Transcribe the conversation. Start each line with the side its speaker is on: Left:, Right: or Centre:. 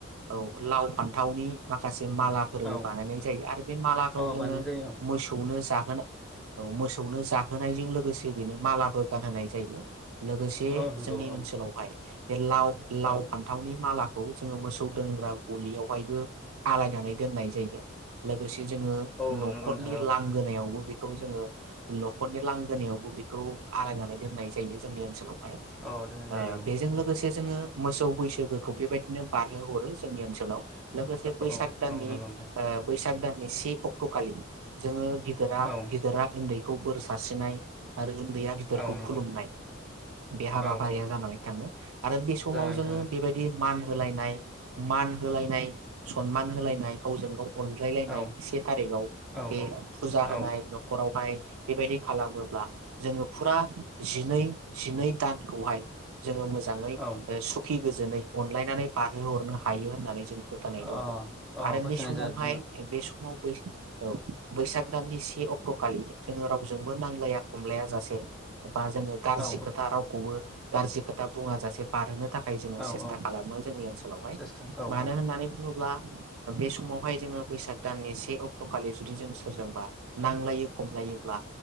Right: औ लाव फान्थावनि माखासे मालाफोर
Centre: औ
Right: बानायनाय जायो आरो बे मालाखौ
Centre: अ
Right: जोङो
Centre: बानायनाय जायो
Right: मोसौनो जा औ मोसौनो जाहोनायजों लोगोसे बेनो मालाबो गानहोनाय जायो। लोगोसे
Centre: औ नंगौ
Right: जोंनि
Centre: औ
Right: ओनसोलावहाय बे लाव लाव
Centre: औ
Right: फान्थावनि मालाखौ जोङो मोसौ दोनग्रा गलियावहायबो आलायनानै दोननाय जायो। लोगोसे जोङो
Centre: औ
Right: न'खरनि
Centre: नंगौ नोंथां औ
Right: लांगोनायावबो बेखौ जोङो न'खरनि लांगोनायावबो बेखौ आलायनानै दोननाय जायो जोंनि ओनसोलाव। ओमफाय
Centre: औ दोननाय
Right: ओ
Centre: जायो
Right: बेजों लोगोसे जोङो मोसौ बैसागोखौ बेबायदिनो बारहोहरो जोंनि ओनसोलाव। लोगोसे बैसाग
Centre: औ
Right: दाननि
Centre: औ नंगौ नोंथां
Right: बैसाग दाननि से अक्टखालि जोङो गिदिरा
Centre: औ
Right: गिदिरा उन्दै खौ बोर सारस्रिनाय आरो उन्दैया गिदिरखौ
Centre: औ नंगौ
Right: खुलुमनाय बे हाबाफारिया
Centre: औ औ
Right: जानानै थाङो आरो बे समाव
Centre: जानानै
Right: जोङो
Centre: थाङो
Right: बेबायदि मान होलायनाय मान होलायनाय सनमान होलायनाय गावजों गाव अनज्लायलायनाय
Centre: औ
Right: से थारिखाव
Centre: औ
Right: बे
Centre: औ
Right: फुजा होनाय
Centre: औ
Right: न'खराव। ओमफाय बेबायदि खालामोब्ला जोङो फुरा जिनै जिनै दानखौहाय जोङो मोजाङै
Centre: औ
Right: सुखि गोजोनै अनलायनानै बारहोहरनो हायो होननानै जों फोथायनाय
Centre: अ
Right: दङ
Centre: अ
Right: आरो
Centre: फोथायनाय
Right: बे समावहाय
Centre: जादों। जोङो
Right: बे समाव औ बैसाग दाननि से अक्ट' खालि जोङो रावजोंबो नांलाया खमलाया जासे बा जोङो गारजि
Centre: औ
Right: खोथा रावखौबो गारजि खोथा बुङाजासे बारहोनो थाखाय जोङो
Centre: औ
Right: सेस्था
Centre: औ
Right: खालामो जोंनि ओनसोलावहाय
Centre: सेस्था औ
Right: मानो
Centre: औ
Right: होननानै बुङोब्ला ब्ला बे समाव बेहाय जोङो बैसाग दाननि से अक्ट' खालि जुदि जों सोरजोंबा नांलायो खमलायो ब्ला